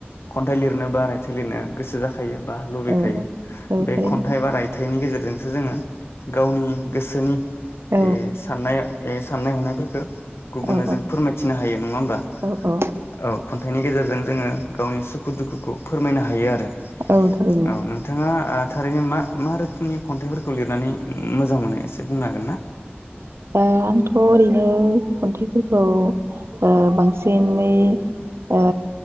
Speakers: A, on the left; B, on the right.
A: खन्थाइ लिरनो बा रायथाइ लिरनो गोसो जाख <unintelligible> बा लुबैखायो
B: औ औ
A: बे
B: थारैनो
A: खन्थाइ बा रायथ थाइनि गेजेरजोंसो जोङो गावनि गोसोनि
B: औ
A: ए साननाय ए साननाय हनायफोरखो गुबुननो
B: औ
A: जों फोरमायथिनो हायो नङा होमबा
B: औ औ
A: औ खन्थाइनि गेजेरजों जोङो गावनि सुखु दुखुखौ फोरमायनो हायो आरो
B: औ थारैनो
A: औ नोंथाङा आ थारैनो मा मा रोखोमनि खन्थाइफोरखौ लिरनानै मोजां मोनो एसे बुंनो हागोन ना
B: ओ आंथ' ओरैनो खन्थाइफोरखौ ओ बांसिन नै ओ